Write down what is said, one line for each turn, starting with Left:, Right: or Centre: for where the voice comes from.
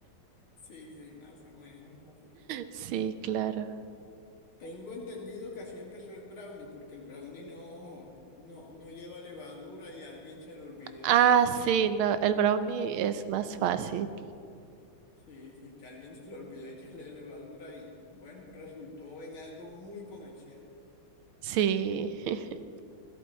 Left: sí, sí, más o menos así.
Right: Sí, claro.
Left: Tengo entendido que así empezó el brownie, porque el brownie no, no, no lleva levadura y a alguien se le olvidó.
Right: Ah, sí, no, el brownie es más fácil.
Left: Sí, sí, que a alguien se le olvidó echarle levadura y bueno, resultó en algo muy comercial.
Right: Sí. <laughs>